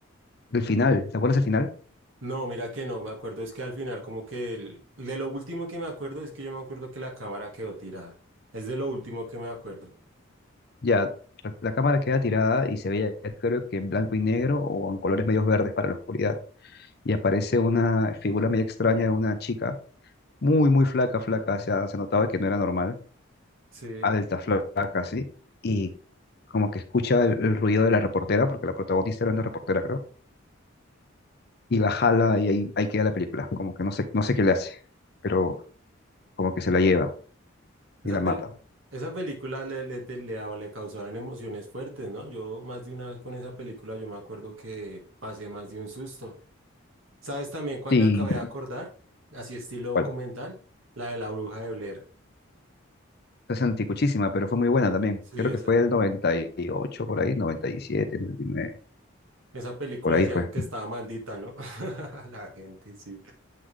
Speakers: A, on the left; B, on the right.
A: el final, ¿te acuerdas el final?
B: No, mira que no, me acuerdo, es que al final como que el- de lo último que me acuerdo es que yo me acuerdo que la cámara quedó tirada. Es de lo último que me acuerdo.
A: Ya, la la cámara queda tirada y se veía, creo que en blanco y negro o en colores medios verdes para la oscuridad. Y aparece una figura medio extraña de una chica, muy, muy flaca, flaca, o sea, se notaba que no era normal,
B: Sí,
A: alta, flaca, sí. Y como que escucha el, el ruido de la reportera, porque la protagonista era una reportera, creo, y la jala y ahí, ahí queda la película. Como que no sé, no sé qué le hace, pero como que se la lleva
B: esa
A: y la mata.
B: pel- esa película le, le, te- le, daba- le causaban emociones fuertes, ¿no? Yo más de una vez con esa película yo me acuerdo que pasé más de un susto. ¿Sabes también cuál
A: sí
B: me acabé de acordar? Así estilo documental,
A: bueno,
B: la de la bruja de Blair.
A: es anticuchísima, pero fue muy buena también.
B: Sí,
A: Creo
B: esa.
A: que fue el 98 por ahí, 97, 99.
B: Esa película
A: Por ahí
B: decían
A: fue.
B: que estaba maldita, ¿no? <laughs> La gente, sí.